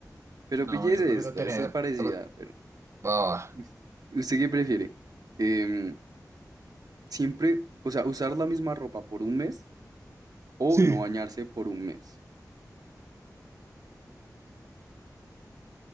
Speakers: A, on the right; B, on the right.
A: Pero
B: No,
A: pillese
B: yo prefiero
A: esta,
B: tener.
A: esta es parecida,
B: uh,
A: pero.
B: ah,
A: Us- ¿Usted qué prefiere? Em, siempre, o sea, usar la misma ropa por un mes o
B: sí.
A: no bañarse por un mes.